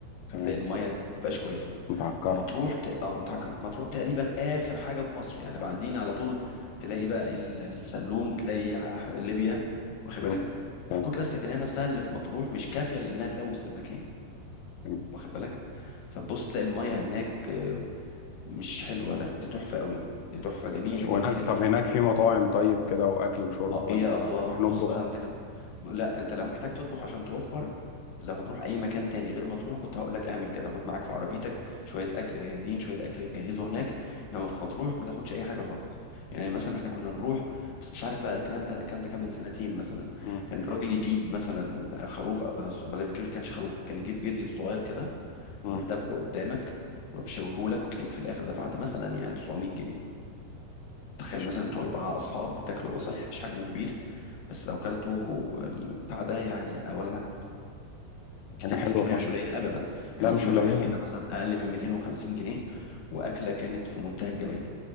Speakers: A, on the left (about 90°); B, on the left (about 70°).
A: تمام
B: فتلاقي المية مبقاش كويسة
A: متعكره
B: فمطروح ت... اه متعكر مطروح تقريبا اخر حاجه في مصر يعني بعدين على طول تلاقي بقى ال- السلوم تلاقي ح-
A: مم.
B: ليبيا واخد بالك
A: مم. تمام
B: الكتله السكنيه نفسها اللي في مطروح مش كافيه لانها تلوث المكان
A: تمام.
B: واخد بالك فتبص تلاقي الميه هناك آه، مش حلوه لا دي تحفه قوي دي تحفه جميله
A: ماشي
B: جميله
A: وهناك طب
B: جميله
A: هناك في مطاعم طيب كده واكل وشرب
B: اه
A: ولا
B: يا الله
A: نروح نطبخ
B: بص بقى انت كان لا انت لو محتاج تطبخ عشان توفر لو هتروح اي مكان تاني غير ما تروح كنت هقول لك اعمل كده خد معاك في عربيتك شويه اكل جاهزين شويه اكل تجهزه هناك انما في مطروح ما تاخدش اي حاجه خالص يعني مثلا احنا كنا نروح بس مش عارف بقى الكلام ده الكلام ده كان من سنتين مثلا
A: مم.
B: كان الراجل يجيب مثلا خروف آه، بل ما كانش خروف كان يجيب جدي صغير كده
A: مم.
B: ويروح ذبحه قدامك ويروح شويهولك وتلاقيك في الاخر دفعت مثلا يعني 900 جنيه تخيل
A: مش
B: مثلا انتوا اربعه اصحاب بتاكلوا هو صحيح مش حجمه كبير بس لو كلتوا البتاع ده يعني اولا هت كت-
A: حاجه حلوه
B: كميه
A: خالص
B: مش قليله ابدا يعني
A: لا
B: نصيب
A: مش قليله
B: الواحد فينا مثلا اقل من 250 جنيه واكله كانت في منتهى الجمال